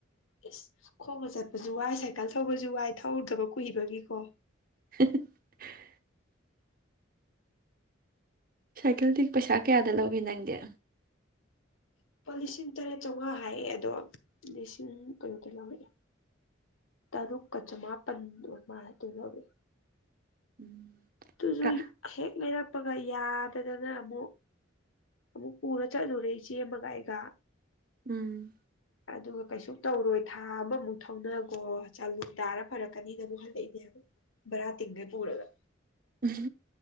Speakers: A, on the left; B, on the right.
A: ꯑꯦꯁ ꯈꯣꯕ ꯆꯠꯄꯁꯨ ꯋꯥꯏ ꯁꯥꯏꯀꯜ ꯊꯧꯕꯁꯨ ꯋꯥꯏ ꯊꯧꯗꯕ ꯀꯨꯏꯕꯒꯤꯀꯣ
B: <inaudible> ꯁꯥꯏꯀꯜꯗꯤ ꯄꯩꯁꯥ ꯀꯌꯥꯗ ꯂꯧꯋꯤ ꯅꯪꯗꯤ
A: ꯂꯄꯥ ꯂꯤꯁꯤꯡ ꯇꯔꯦꯠ ꯆꯧꯉꯥ ꯍꯥꯏꯌꯦ ꯑꯗꯣ ꯂꯤꯁꯤꯡ ꯀꯩꯅꯣꯗ ꯂꯧꯔꯛꯑꯦ ꯇꯔꯨꯛꯀ ꯆꯃꯥꯄꯜ ꯑꯗꯨꯃꯥꯏ ꯂꯧꯔꯛꯑꯦ
B: ꯎꯝ
A: ꯇꯨꯁꯨ
B: ꯀ
A: ꯍꯦꯛ ꯂꯩꯔꯛ ꯆꯠꯄꯒ ꯌꯥꯗꯗꯅ ꯑꯃꯨꯛ ꯑꯃꯨꯛ ꯄꯨꯔ ꯆꯠꯂꯨꯔꯦ ꯏꯆꯦ ꯑꯃꯒ ꯑꯩꯒ
B: ꯎꯝ
A: ꯑꯗꯨꯒ ꯀꯩꯁꯨ ꯇꯧꯔꯣꯏ ꯊꯥ ꯑꯃꯃꯨꯛ ꯊꯧꯅꯒꯣ ꯆꯥꯂꯨ ꯇꯥꯔ ꯐꯔꯛꯀꯅꯤꯅ ꯑꯃꯨꯛ ꯍꯜꯂꯛꯏꯅꯦꯕ ꯕꯔꯥ ꯇꯤꯡꯒꯩ ꯄꯨꯔꯒ
B: ꯎꯝ